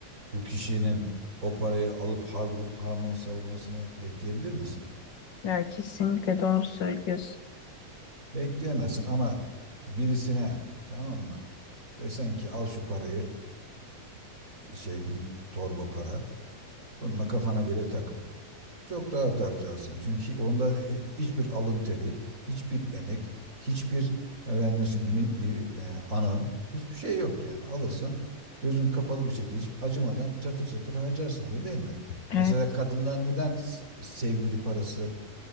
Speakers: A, on the right; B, on the left.
A: bu kişinin o parayı alıp har vurup harman savurmasını bekleyebilir misin?
B: Ya kesinlikle doğru söylüyorsun.
A: Bekleyemezsin ama birisine tamam mı desen ki al şu parayı şey bir torba para bununla kafana göre takıl. Çok rahat harcarsın. Çünkü onda hi- hiçbir alın teri, hiçbir emek, hiçbir efendim mesela bini, bini- e, ana hiçbir şey yok yani. Alırsın gözün kapalı bir şekilde hiç acımadan çatır çatır harcarsın öyle değil mi?
B: Evet.
A: Mesela kadınlar neden s- sevgili parası